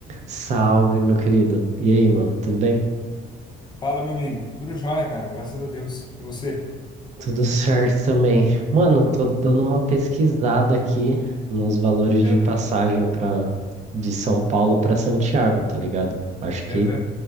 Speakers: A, on the right (about 45°); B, on the left (about 25°).
A: Salve, meu querido. E aí, mano? Tudo bem?
B: Fala, meu amigo. Tudo jóia, cara. Graças a Deus. E você?
A: Tudo certo também. Mano, tô dando uma pesquisada aqui nos valores
B: Aham,
A: de passagem para de São Paulo para Santiago, tá ligado? Acho que
B: aham.